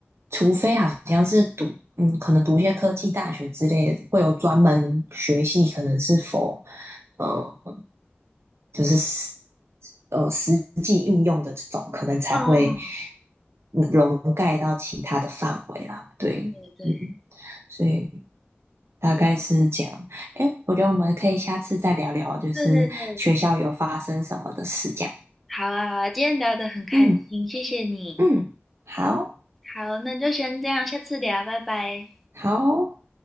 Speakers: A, on the right; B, in the centre.
A: 除非好像是读，嗯，可能读一些科技大学之类的，会有专门学系，可能是否，呃，就是实，呃，实际运用的这种，可能才会
B: 哦，
A: 嗯笼盖到其他的范围啦。对，
B: 对对
A: 嗯，所以大概是这样。哎，我觉得我们可以下次再聊聊，就是学校有发生什么的事这样。
B: 对对对，好啊，好啊，今天聊得很开心，
A: 嗯
B: 谢谢你。
A: 嗯，好
B: 好，那就先这样，下次聊，拜拜。
A: 好。